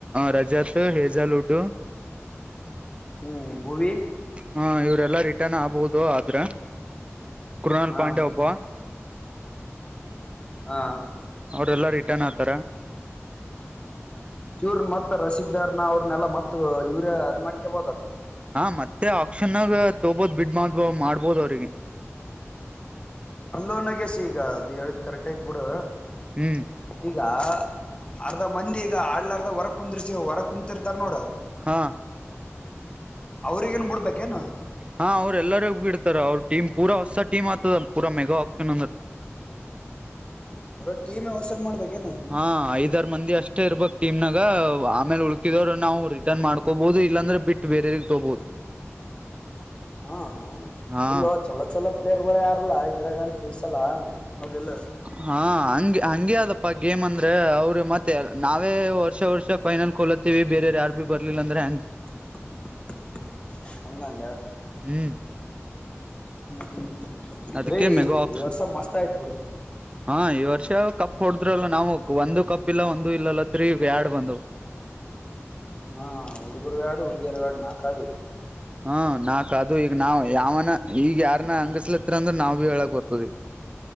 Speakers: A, on the right; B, on the left.
A: ರಜತ್ ಹೇಜಲ್ ಉಡ್ಡು
B: ಹ್ಮ್ ಭುವಿ
A: ಹಾ ಇವರೆಲ್ಲಾ ರಿಟರ್ನ್ ಆಗ್ಬಹುದು ಆದ್ರೆ ಕೃನಾಲ್
B: ಹಾ
A: ಪಾಂಡೆ ಒಬ್ಬವ
B: ಹಾ
A: ಅವ್ರೆಲ್ಲಾ ರಿಟರ್ನ್ ಆತಾರ
B: ಇವ್ರನ್ ಮತ್ತ ರಸಿಕದಾರ್ನ ಅವ್ರನೆೆಲ್ಲ ಮತ್ ಯೂರಿಯಾ ಅದ್ ಮಾಡ್ಕಬೋದಲ್ಲಾ
A: ಹಾಂ ಮತ್ತೆ ಆಪ್ಕ್ಷನ್ನಾಗ ತೊಬೋದು ಬಿಡು ಮಾಡಬೋ ಮಾಡ್ಬೋದು ಅವರಿಗೆ
B: ಅಲ್ಲೋ ನಾಗ್ಯಸಿ ಈಗ ಅದು ಹೇಳಿದ ಕರೆಕ್ಟ್ ಆಯತ್ ಬಿಡು
A: ಹು
B: ಈಗ ಅರ್ಧ ಮಂದಿ ಈಗ ಆಡ್ಲರ್ಧ ಹೊರಗ ಕುಂದಿರ್ಸ ಹೊರಗ ಕುಂತಿರ್ತಾರ ನೋಡ
A: ಹಾ
B: ಅವ್ರಿಗೇನ್ ಬಿಡ್ಬೇಕೇನು.
A: ಹಾ ಅವ್ರೆಲ್ಲರೂ ಹೋಗ ಬಿಡ್ತಾರ ಅವ್ರ ಟೀಮ್ ಪೂರ ಹೊಸ ಟೀಮ್ ಆತದ ಪೂರ ಮೆಗಾ ಆಪ್ಷನ್ ಅಂದ್ರ
B: ಪುರ ಟೀಮ್ ವಷಂದ ಮಾಡ್ಬೇಕ ಏನು
A: ಹಾ ಐದರು ಮಂದಿ ಅಷ್ಟೇ ಇರ್ಬಕ್ ಟೀಮ್ನಾಗ ಆಮೇಲೆ ಉಳಕಿದವ್ರು ನಾವು ರಿಟರ್ನ್ ಮಾಡ್ಕೋಬಹುದು ಇಲ್ಲಾಂದ್ರೆ ಬಿಟ್ಟ ಬೇರೆ ತೊಬುದು
B: ಹಾ ಹ
A: ಹಾ
B: ಇಲ್ಲೋ ಚಲೋ ಚಲೋ ಪ್ಲೇಯರ್ ಗಳು ಯಾರಲ್ಲ ಇದ್ರಾಗಂತ್ರಿ ಈ ಸಲ ಹೌದಿಲ್ಲ
A: ಹಾ ಹಂಗೆ ಹಂಗೆ ಅದಪ್ಪ ಗೇಮ್ ಅಂದ್ರೆ ಅವರು ಮತ್ತೆ ನಾವೇ ವರ್ಷ ವರ್ಷ ಫೈನಲ್ ಕಲ ವಿ ಬೇರೆ ಯಾರ ಭ ಬರ್ಲಿಲ್ಲಂದ್ರೆ ಹೆಂಗ್
B: <unintelligible> ಹಂಗಂದ
A: ಹ್ಮ್
B: ಹ್ಮ್ ಅಂದ್ರೆ
A: ಅದಕ್ಕೆ
B: ಈ
A: ಮೆಗಾ ಆಪ್ಷನ್
B: ವರ್ಷ ಮಸ್ತ್ ಆಯ್ತ್ ಬಿಡು
A: ಹಾ ಈ ವರ್ಷ ಕಪ್ ಹೊಡದ್ರಲ್ಲ ನಾವು ಒಂದು ಕಪ್ ಇಲ್ಲ ಒಂದು ಇಲ್ಲಲ್ಲ ತ್ರೀ ಬ್ಯಾಡ್ ಬಂದವ
B: ಹ ಹುಡುಗರು ಎಡ ಹುಡಿಗಿಯರವ ಎಡ ನಾಕ್ ಅದಾವ್
A: ಹ್ಮ ನಾಕ್ ಅದು ಈಗ ನಾವ್ ಯಾವನ ಈಗ ಯಾರನ್ನ ಅಂಗಸ್ಲತ್ ಅಂದ್ರ ನಾವ್ ಭೀ ಹೇಳಕ್ ಬರ್ತದ ಈಗ